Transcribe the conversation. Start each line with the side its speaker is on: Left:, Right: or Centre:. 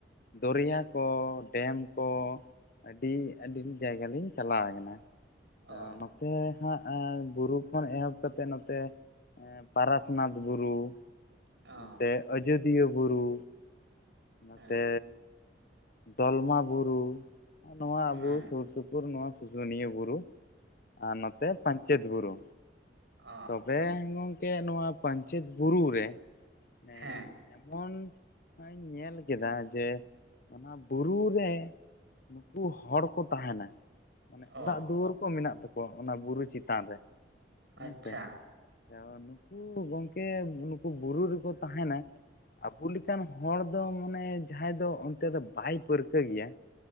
Left: ᱫᱚᱨᱭᱟ ᱠᱚ, ᱰᱮᱢ ᱠᱚ ᱟᱹᱰᱤ ᱟᱹᱰᱤ ᱡᱟᱭᱜᱟ ᱞᱤᱧ ᱪᱟᱞᱟ ᱠᱟᱱᱟ
Right: ᱚ
Left: ᱛᱚ, ᱱᱚ ᱛᱮ ᱦᱟᱸᱜ ᱵᱩᱨᱩ ᱠᱷᱚᱱ ᱮᱦᱚᱵ ᱠᱟᱛᱮ ᱱᱚᱛᱮᱼᱼ ᱮᱸ ᱯᱟᱨᱟᱥᱱᱟᱛᱷ ᱵᱩᱨᱩ,
Right: ᱚ
Left: ᱱᱚᱛᱮ ᱟᱹᱡᱟᱹᱫᱤᱭᱟᱹ ᱵᱩᱨᱩ ᱱᱚᱛᱮᱼᱼ
Right: ᱦᱮᱸ
Left: ᱫᱚᱞᱢᱟ ᱵᱩᱨᱩ, ᱱᱚᱣᱟ ᱟᱵᱚ
Right: ᱦᱮᱸ
Left: ᱥᱩᱨ ᱥᱩᱯᱩᱨ ᱱᱚᱣᱟ ᱥᱩᱥᱩᱱᱤᱭᱟᱹ ᱵᱩᱨᱩ, ᱟᱨ ᱱᱚᱛᱮ ᱯᱟᱧᱪᱮᱛ ᱵᱩᱨᱩ᱾
Right: ᱚ
Left: ᱛᱚ ᱵᱮ ᱜᱚᱝᱠᱮ ᱱᱚᱣᱟ ᱯᱟᱧᱪᱮᱛ ᱵᱩᱨᱩ ᱨᱮ ᱮᱸ
Right: ᱦᱮᱸ
Left: ᱮᱢᱚᱱ ᱦᱟᱸᱜ ᱤᱧ ᱧᱮᱞ ᱠᱮᱫᱟ ᱡᱮᱼᱼ ᱚᱱᱟ ᱵᱩᱨᱩ ᱨᱮ, ᱱᱩᱠᱩ ᱦᱚᱲ ᱠᱚ ᱛᱟᱦᱮᱱᱟ᱾ ᱢᱟᱱᱮ
Right: ᱚ
Left: ᱚᱲᱟᱜ ᱫᱩᱣᱟᱹᱨ ᱠᱚ ᱢᱮᱱᱟᱜ ᱛᱟᱠᱚᱣᱟ ᱚᱱᱟ ᱵᱩᱨᱩ ᱪᱮᱛᱟᱱ ᱨᱮ, ᱦᱮᱸ
Right: ᱟᱪᱪᱷᱟ
Left: ᱥᱮ ᱛᱮᱣᱟ ᱱᱩᱠᱩ ᱜᱚᱝᱠᱮ ᱱᱩᱠᱩ ᱵᱩᱨᱩ ᱨᱮᱠᱚ ᱛᱟᱦᱮᱱᱟ ᱟᱵᱩ ᱞᱮᱠᱟᱱ ᱦᱚᱲ ᱫᱚ ᱢᱟᱱᱮ ᱡᱟᱦᱟᱸᱭ ᱫᱚ ᱚᱱᱛᱮ ᱫᱚ ᱵᱟᱭ ᱯᱟᱹᱨᱠᱟᱹ ᱜᱮᱭᱟ